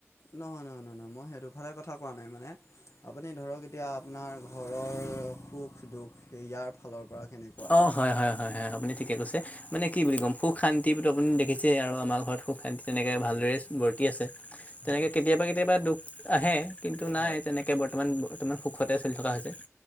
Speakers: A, on the left; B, on the left.
A: নহয় নহয় নহয় নহয় মই সেইটোফালে কথা কোৱা নাই মানে। আপুনি ধৰক এতিয়া আপোনাৰ ঘৰৰ সুখ দুখ ইয়াৰ ফালৰ পৰা কেনেকুৱা?
B: অ হয় হয় হয় হয় আপুনি ঠিকে কৈছে। মানে কি বুলি ক'ম সুখ শান্তি বুলি আপুনি দেখিছেই আৰু আমাৰ ঘৰত সুখ শান্তি তেনেকে ভালদৰে বৰ্তি আছে। তেনেকে
A: হয় হয়
B: কেতিয়াবা কেতিয়াবা দুখ আহে কিন্তু নাই
A: হয়
B: তেনেকে বৰ্তমান বৰ্তমান সুখ সুখতে চলি থকা হৈছে।